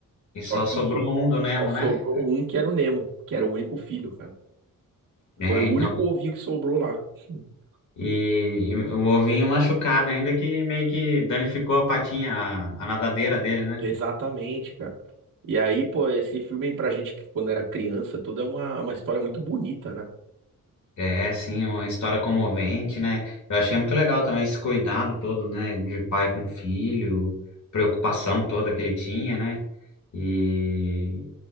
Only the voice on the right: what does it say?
Só
que
só sobrou
um que era o Nemo, que era o único filho, cara. Foi
o
único ovinho que sobrou lá. <laughs>
Exatamente, cara. E aí, pô, esse filme pra gente que quando era criança, tudo é uma, uma história muito bonita, né?